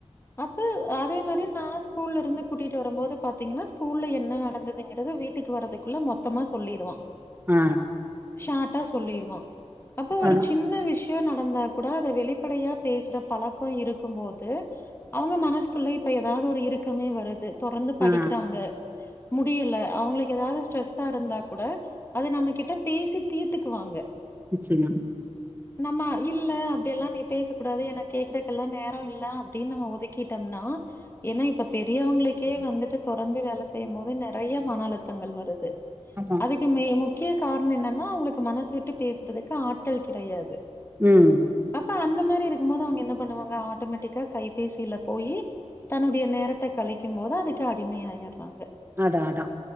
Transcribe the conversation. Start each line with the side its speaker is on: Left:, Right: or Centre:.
Left: அப்ப அதே மாரி நா ஸ்கூல்லருந்து கூட்டிட்டு வரும்போது பாத்தீங்கன்னா ஸ்கூல்ல என்ன நடந்ததுங்கறது வீட் டுக்கு வரதுக்குள்ள மொத்தமா சொல்லிருவா
Right: அ
Left: ஷார்டா சொல்லிருவா அப்போ ஒரு
Right: அதா
Left: சின்ன விஷ் யோ நடந்தா கூட அத வெளிப்படையா பேசுற பழக்கோ இருக்கும்போது அவுங்க மனசுக்குள்ள இப்ப எதாவது ஒரு இருக்கமே வருது தொடர்ந்து படிக்கிறாங்க
Right: ஆ
Left: முடியல அவுங்களுக்கு ஏதாது ஸ்ட்ரெஸ்ஸாருந்தா கூட அத நம்ம கிட்ட பேசி தீ்த்துக்குவாங்க
Right: நிச்சயமா
Left: நம்ம இல்ல அப்டியெல்லா நீ பேச கூடாது என கேக்குறக்கெல்லா நேரோ இல்ல அப்டின்னு நம்ம ஒதுக்கிட்டோம்னா ஏன்னா இப்ப பெரியவங்களுக்கே வந்துட்டு தொடந்து வேல செய்யு போது நெறய மன அழுத்தங்கள் வருது
Right: ஆமா
Left: அதுக்கு மே முக்கிய காரணோ என்னன்னா அவுங்களுக்கு மனசு விட்டு பேசுறதுக்கு ஆட்கள் கெடையாது
Right: ம்
Left: அப்ப அந்த மாரிருக்கு போது அவுங்க என்ன பண்ணுவாங்க ஆட்டோமேட்டிக்கா கைபேசில போயி தன்னுடைய நேரத்த கழிக்கும் போது அதுக்கு அடிமையாயிடுறாங்க
Right: அதா அதா